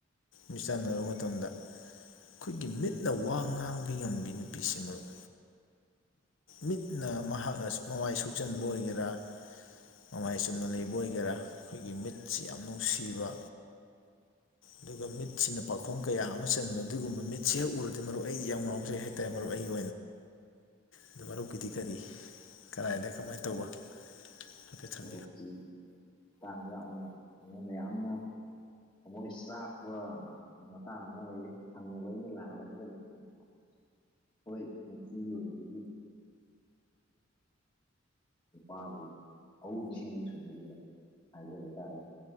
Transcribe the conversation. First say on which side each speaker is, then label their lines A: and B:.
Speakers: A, on the left (about 75°); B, on the left (about 20°).
A: ꯃꯤꯆꯥꯟꯅꯔꯕ ꯃꯇꯝꯗ ꯑꯩꯈꯣꯏꯒꯤ ꯃꯤꯠꯅ ꯋꯥ ꯉꯥꯡꯕ ꯉꯝꯕꯤ ꯅꯨꯄꯤꯁꯦ ꯃꯔꯨꯞ ꯃꯤꯠꯅ ꯃꯍꯥꯛꯅ ꯃꯃꯥꯏ ꯁꯨꯆꯟꯕ ꯑꯣꯏꯒꯦꯔꯥ ꯃꯃꯥꯏ ꯆꯨꯝꯅ ꯂꯩꯕ ꯑꯣꯏꯒꯦꯔꯥ ꯑꯩꯈꯣꯏꯒꯤ ꯃꯤꯠꯁꯤ ꯌꯥꯝ ꯅꯨꯡꯁꯤꯕ
B: <inaudible>
A: ꯑꯗꯨꯒ ꯃꯤꯠꯁꯤꯅ ꯄꯥꯈꯣꯡ ꯀꯌꯥ ꯑꯃ ꯆꯟꯕ ꯑꯗꯨꯒꯨꯝꯕ ꯃꯤꯠꯁꯦ ꯍꯦꯛ ꯎꯔꯗꯤ ꯃꯔꯨꯞ ꯑꯩ ꯌꯥꯝ ꯉꯥꯎꯖꯩ ꯍꯥꯏꯇꯥꯔꯦ ꯃꯔꯨꯞ ꯑꯩꯒꯤ
B: <inaudible>
A: ꯑꯗꯨ ꯃꯔꯨꯞꯀꯤꯗꯤ ꯀꯔꯤ ꯀꯔꯥꯏꯗ ꯀꯃꯥꯏꯅ ꯇꯧꯕ ꯍꯥꯏꯐꯦꯠ ꯊꯝ
B: ꯍꯧꯣꯛꯛꯀꯤ ꯃꯇꯥꯡꯗ ꯌꯥꯝꯅ ꯑꯩꯉꯣꯟꯗ ꯌꯥꯝꯅ ꯃꯣꯏ ꯆꯥꯛꯄ ꯃꯇꯥꯡ ꯑꯃ ꯑꯣꯏꯌꯦ ꯍꯪꯉꯨꯕ ꯑꯩꯅ ꯂꯥꯛꯍꯜꯂꯗꯤ ꯂꯩꯁꯦꯀꯣ ꯍꯣꯏ ꯉ ꯑꯣꯏꯕꯒꯤ ꯒꯦꯁꯦꯄꯥ ꯑ ꯆꯤꯟ ꯁꯨꯕꯤꯗ ꯍꯥꯏꯖꯕ ꯇꯥꯔꯦ